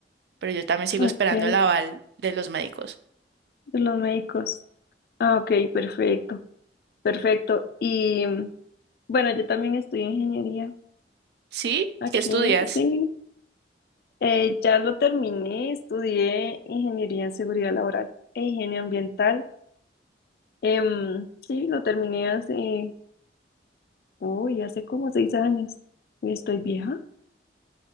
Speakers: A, on the right; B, on the left.
A: pero yo también sigo
B: Ok,
A: esperando
B: de
A: el aval de los médicos.
B: los médicos. Ah, ok, perfecto, perfecto. Y mm, bueno, yo también estudié ingeniería
A: ¿Sí?
B: aquí,
A: ¿Qué estudias?
B: sí. Eh, ya lo terminé, estudié ingeniería en seguridad laboral e higiene ambiental. Em, sí, lo terminé hace, uy, hace como seis años. Uy, estoy vieja.